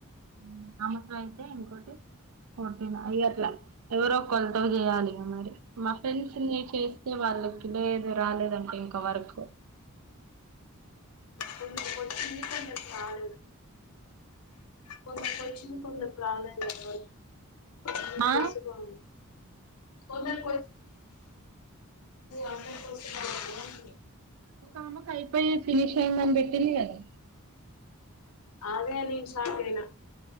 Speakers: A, on the right; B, on the left.
A: ఉమ్ అమతో అయితే ఇంకోటి కొట్టిన ఇగ అట్లా ఎవరో ఒకళతో చేయాలి ఇంగ మరి మా ఫ్రెండ్స్ ని చేస్తే వాళ్ళకి లేదు రాలేదంట ఇంక వర్క్
B: కొందరికి వచ్చింది కొందరికి రాలేదు కొందరికి వచ్చింది కొందరికి రాలే కదా వర్క్ అందరికి
A: ఆ
B: వస్తె బాగుండు కొందర్ అందరికి వస్తే బాగుండు అంటున్న
A: ఒక ఆమకి అయిపోయి ఫినిష్ అయిందని పెట్టింది కదా
B: అదే నేను షాక్ అయినా